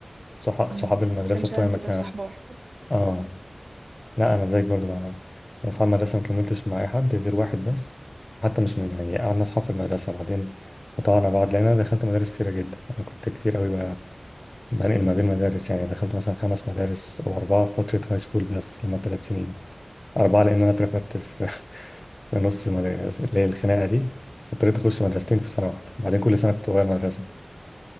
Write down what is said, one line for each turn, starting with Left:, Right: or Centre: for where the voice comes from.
Left: صح-
Right: مم،
Left: صحاب المدرسه
Right: ما كانش
Left: بتوعي
Right: عندي
Left: ما كان
Right: الا صاحبة واحدة
Left: اه لا انا زيك برضو مع يعني اصحاب المدرسه ما كملتش مع اي حد غير واحد بس وحتى مش من يعني قعدنا اصحاب في المدرسه بعدين قطعنا بعض لان انا دخلت مدارس كتيره جدا انا كنت كتير قوي بقى بنقل ما بين مدارس يعني دخلت مثلا خمس مدارس او اربعه في فتره هاي سكول بس لما ثلاث سنين اربعه لان انا اترفدت في <laughs> في نص مدارس اللي هي الخناقه دي اضطريت اخش مدرستين في سنه واحده بعدين كل سنه كنت بغير مدرسه